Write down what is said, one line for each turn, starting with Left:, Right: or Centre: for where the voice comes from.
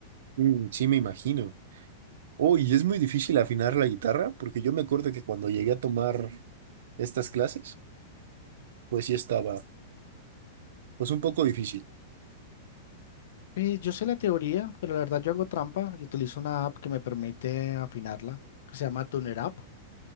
Right: mm, sí me imagino. Oh, y es muy difícil afinar la guitarra, porque yo me acuerdo que cuando llegué a tomar estas clases, pues sí estaba, pues un poco difícil.
Left: Eh, yo sé la teoría, pero la verdad yo hago trampa y utilizo una app que me permite afinarla, que se llama Tuner App.